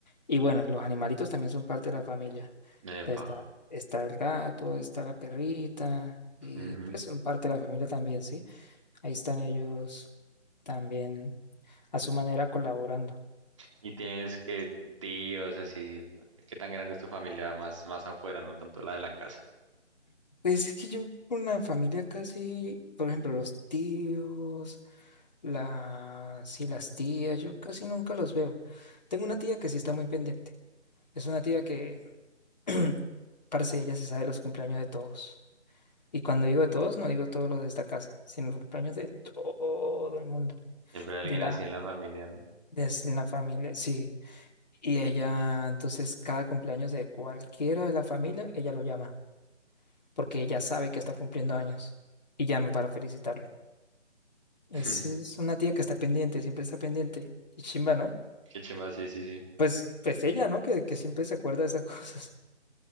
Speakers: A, on the left; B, on the right.
A: Y bueno, los animalitos también son parte de la familia.
B: epa.
A: Entonces, Está, está el gato, está la perrita, y
B: ujú.
A: pues son parte de la familia también, sí. Ahí están ellos también a su manera colaborando.
B: ¿Y tienes que tíos así? ¿Qué tan grande es tu familia? Más, más afuera, no tanto la de la casa.
A: Pues es que yo con la familia casi, por ejemplo, los tíos, las, sí, las tías, yo casi nunca los veo. Tengo una tía que sí está muy pendiente. Es una tía que, <clears throat> parce, ella se sabe los cumpleaños de todos. Y cuando digo de todos, no digo todos los de esta casa, sino los cumpleaños de todo el mundo.
B: Siempre hay
A: De
B: alguien
A: la,
B: así en la familia, ¿no?
A: de la familia, sí. Y ella, entonces, cada cumpleaños de cualquiera de la familia, ella lo llama. porque ya sabe que está cumpliendo años y llama para felicitarlo. Es,
B: <laughs>
A: es una tía que está pendiente, siempre está pendiente. Y chimba, ¿no?
B: Qué chimba, sí, sí, sí.
A: Pues, pues ella, ¿no? Que, que siempre se acuerda de esas <laughs> cosas.